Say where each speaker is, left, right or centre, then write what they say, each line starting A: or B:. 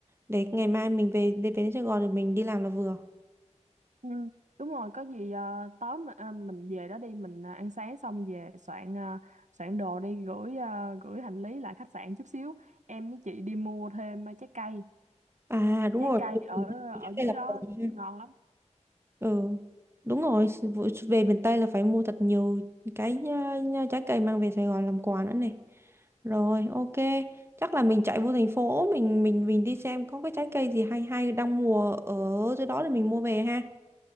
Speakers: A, on the right; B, on the right.
A: để ngày mai mình về để về đến Sài Gòn rồi mình đi làm là vừa
B: Ừ, đúng rồi có gì ờ, tối mà, à, mình về đó đi mình à, ăn sáng xong về soạn à, soạn đồ đi gửi à, gửi hành lý lại khách sạn chút xíu em với chị đi mua thêm à, trái cây
A: À đúng
B: trái
A: rồi,
B: cây
A: về
B: ở
A: miền Tây
B: ở
A: trước đây
B: dưới
A: là
B: đó
A: còn ha.
B: ngon lắm
A: Ừ, đúng rồi, vụ- về miền Tây là phải mua thật nhiều cái ờ, trái cây mang về Sài Gòn làm quà nữa này. Rồi, ok. Chắc là mình chạy vô thành phố mình mình mình đi xem có cái trái cây gì hay hay đang mùa ở dưới đó để mình mua về ha.